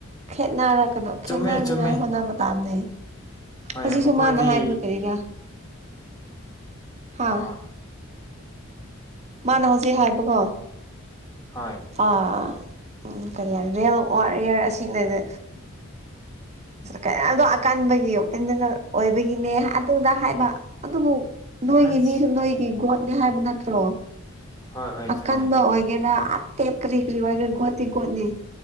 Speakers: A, on the right (about 30°); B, on the left (about 20°).
A: ꯈꯦꯠꯅꯔꯛꯀꯗꯣ
B: ꯆꯨꯝꯃꯦ
A: ꯈꯦꯠꯅꯅꯤꯉꯥꯏ
B: ꯆꯨꯝꯃꯦ
A: ꯍꯣꯠꯅꯕ ꯇꯥꯝꯅꯦ
B: ꯍꯣꯏ
A: ꯍꯧꯖꯤꯛꯁꯨ
B: ꯃꯈꯣꯏꯗꯤ
A: ꯃꯥꯅ ꯍꯥꯏꯕꯗꯨ ꯀꯔꯤꯔꯥ ꯍꯥ
B: ꯑꯥ
A: ꯃꯥꯅ ꯍꯧꯖꯤꯛ ꯍꯥꯏꯕꯀꯣ
B: ꯍꯣꯏ
A: ꯑꯥ ꯎꯝ ꯀꯔꯤ ꯍꯥꯏ ꯔꯤꯌꯦꯜ ꯋꯥꯔꯤꯌꯔ ꯑꯁꯤꯅꯗꯤ ꯀꯩꯅꯗꯣ ꯑꯀꯟꯕꯒꯤ ꯑꯣꯏꯕꯒꯤꯅꯦ ꯑꯗꯨꯗ ꯍꯥꯏꯕ ꯑꯗꯨꯕꯨ ꯅꯣꯏꯒꯤ
B: ꯑꯁ
A: ꯃꯤꯁꯨ ꯅꯣꯏꯒꯤ ꯒꯣꯠꯅꯦ ꯍꯥꯏꯕ ꯅꯠꯇ꯭ꯔꯣ
B: ꯍꯣꯏ ꯍꯣꯏ ꯆꯨꯝꯃꯦ
A: ꯑꯀꯟꯕ ꯑꯣꯏꯒꯦꯔꯥ ꯑꯥ ꯇꯦꯞ ꯀꯔꯤ ꯀꯔꯤ ꯑꯣꯏ ꯒꯣꯠꯇꯤ ꯒꯣꯠꯅꯤ